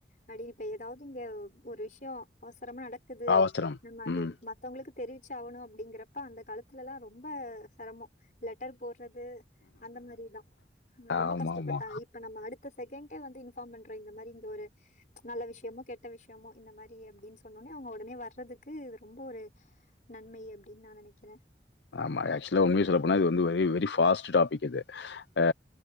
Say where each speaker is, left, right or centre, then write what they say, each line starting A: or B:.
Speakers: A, on the left; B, on the left.
A: அப்டின் இப்ப எதாவுது இங்க ஒரு விஷ்யோ அவசரமா நடக்குது
B: அவசரம்.
A: நம்ம அது
B: ம்.
A: மத்தவங்களுக்கு தெரிவிச்ச ஆகணு அப்டிங்கறப்ப அந்த காலத்துலலா ரொம்ப செரமோ லெட்டர் போட்றது அந்த மாரிதா ரொம்ப
B: ஆமாமா.
A: கஷ்டப்பட்டாங்க இப்ப நம்ம அடு த்த செகண்டே வந்து இன்ஃபார்ம் பண்றோ இந்த மாரி இங்க ஒரு நல்ல விஷ்யமோ கெட்ட விஷ்யமோ இந்த மாரி அப்டின் சொன்னோனே அவுங்க ஒடனே வர்றதுக்கு ரொம்போ ஒரு நன்மை அப்டின் நா நெனைக்கிறே
B: ஆமா ஆக்சுலா உண்மைய சொல்ல போனா இது வந்து வெரி வெரி ஃபாஸ்ட் டாபிக் இது ஆ